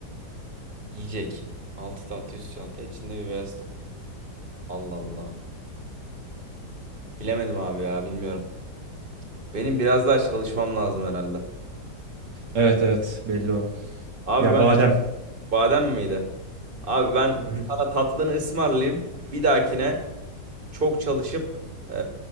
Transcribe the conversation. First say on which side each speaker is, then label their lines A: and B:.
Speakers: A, on the right; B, on the right.
A: Yiyecek. 6 tahta üst çanta içinde bir beyaz tahta. Allah Allah. Bilemedim abi ya bilmiyorum. Benim biraz daha çalışmam lazım herhalde.
B: Evet evet. Belli o.
A: Abi
B: Ya
A: ben
B: badem.
A: badem miydi? Abi ben
B: Hı hı.
A: sana tatlını ısmarlayayım. Bir dahakine çok çalışıp eee,